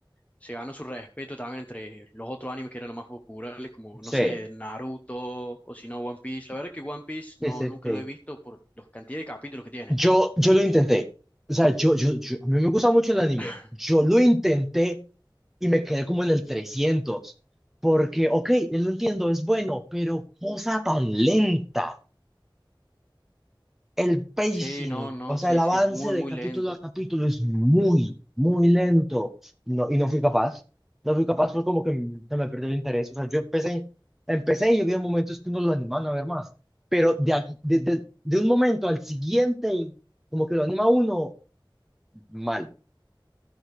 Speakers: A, on the left; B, in the centre.
A: se ganó su respeto también entre los otros animes que eran los más populares, como,
B: sí,
A: no sé, Naruto o si no, One Piece. La verdad que One Piece
B: sí,
A: no,
B: sí,
A: nunca
B: sí.
A: lo he visto por la cantidad de capítulos que tiene.
B: Yo, yo lo intenté. O sea, yo, yo, yo, a mí me gusta mucho el anime.
A: <laughs>
B: Yo lo intenté y me quedé como en el trescientos Porque, ok, lo entiendo, es bueno, pero cosa tan lenta. El pacing,
A: Sí, no, no,
B: o sea,
A: sí,
B: el avance
A: sí, es muy,
B: de
A: muy
B: capítulo
A: lento.
B: a capítulo es muy, muy lento. No, y no fui capaz. No fui capaz, fue como que m- se me perdió el interés. O sea, yo empecé, empecé y había momentos que uno lo animaban a ver más. Pero de, aquí- de, de, de un momento al siguiente, como que lo anima uno mal.